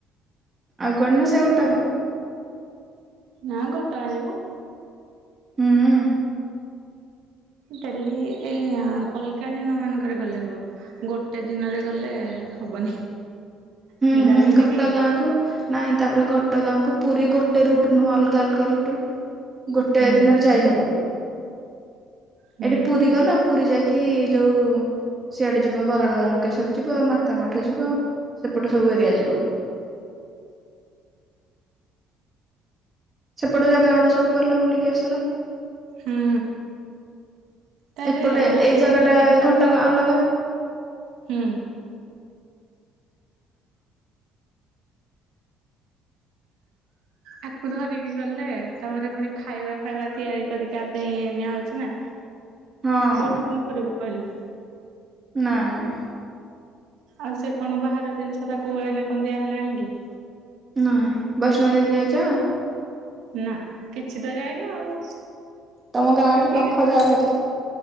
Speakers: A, on the right; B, on the right.
A: ଆଉ କୁଆଡେ ନା ସେଇ ଗୋଟାକ?
B: ନା ଘଟଗାଁ ଯିବୁ।
A: ହୁଁଉଁ।
B: ଡେଲି ଏଇ ଆ ଅଲଗା ଦିନ ମାନଙ୍କରେ ଗଲେ ହବ। ଗୋଟେ ଦିନରେ ଗଲେ ହବନି।
A: ହୁଁ
B: ପିଲା
A: ହୁଁ
B: ଧରିକି
A: ଘଟଗାଁକୁୁ ନାଇଁ ତାପରେ ଘଟଗାଁକୁ ପୁରୀ ଗୋଟେ ରୁଟ ନୁହଁ ଅଲଗା ଅଲଗା ରୁଟ। ଗୋଟେ
B: ହୁଁ
A: ଦିନରେ ଯାଇହବନି
B: ହୁଁ
A: ଏଠି ପୁରୀ ଗଲ ପୁରୀ ଯାଇକି ଯୋଉ ସିଆଡ଼େ ଯିବ ବରାଳ ବାଲୁକେଶ୍ୱର ଯିବ ମାତାମଠ ଯିବ। ସେପଟ ସବୁ ଏରିଆ ଯିବ। ସେପଟେ ଜାଗାଗୁଡା ସବୁ ଗଲ ବୁଲିକି ଆସିଲ।
B: ହୁଁ ତାରେ
A: ଏପଟେ
B: ଆକୁ
A: ଏଇ ଜାଗାଟା
B: ଧରିକି ଯିବାକୁ
A: ଘଟଗାଁ ଅଲଗା।
B: ହୁଁ। ଆକୁ ଧରିକି ଗଲେ ତାପରେ ପୁଣି ଖାଇବା ଫାଇବା ତିଆରି କରି କା ପାଇଁ ନିଆ ହୋଉଚି ନା
A: ହଁ
B: କୋଉଠି କଣ କରିବୁ କହିଲେ।
A: ନା ନା।
B: ଆଉ ସେ କଣ ବାହାର ଜିନିଷ ତାକୁ ଏଇନା କଣ ଦିଆ ହେଲାଣି କି।
A: ନାଇଁ ବୈଷ୍ଣ ଦେବୀ ଯାଇଚ?
B: ନା କିଛି ତ ଯାଇନ ଆଉ।
A: ତମ ଗାଁଠୁ ପା
B: ଇଏ
A: ଖ ଜାଅ ଭାରି।